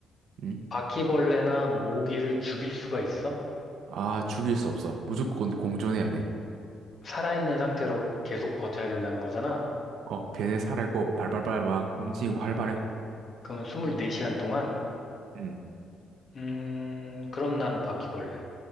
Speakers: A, on the right; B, on the left.
A: 응?
B: 바퀴벌레나 모기를 죽일 수가 있어?
A: 아, 죽일 수 없어. 무조건 공존해야 돼.
B: 살아있는 상태로 계속 버텨야 된다는 거잖아?
A: 어, 걔네 살아있고 발발발 막 움직이고 활발해.
B: 그럼 24시간 동안?
A: 응.
B: 음, 그럼 난 바퀴벌레.